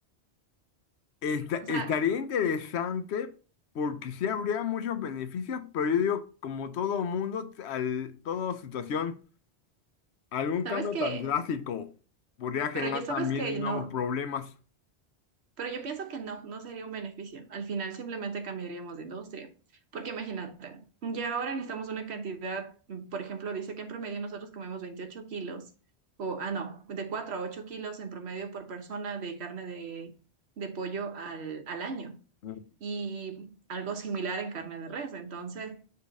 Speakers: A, on the left; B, on the right.
A: Esta-
B: O sea,
A: estaría interesante porque sí habría muchos beneficios, pero yo digo, como todo mundo, al, toda situación, algún
B: sabes
A: cambio
B: que,
A: tan drástico podría generar
B: pero ya sabes
A: también
B: que
A: nuevos
B: no,
A: problemas.
B: Pero yo pienso que no, no sería un beneficio. Al final simplemente cambiaríamos de industria. Porque imagínate, ya ahora necesitamos una cantidad, mm, por ejemplo, dice que en promedio nosotros comemos 28 kilos, o, ah, no, de 4 a 8 kilos en promedio por persona de carne de, de pollo al, al año.
A: Mm,
B: Y algo similar en carne de res. Entonces,